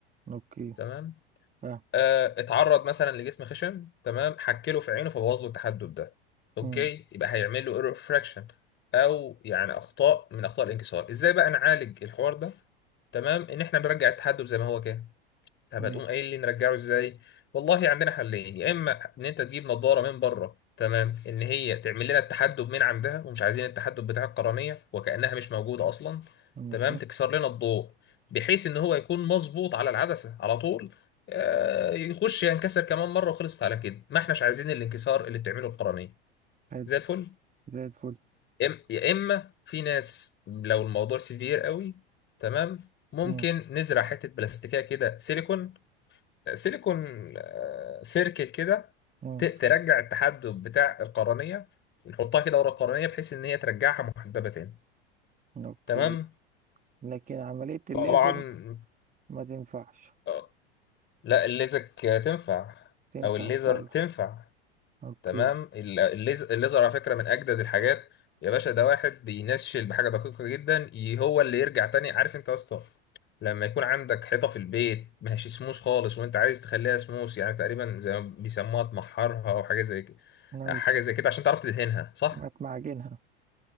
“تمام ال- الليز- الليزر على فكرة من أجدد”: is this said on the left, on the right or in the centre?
Left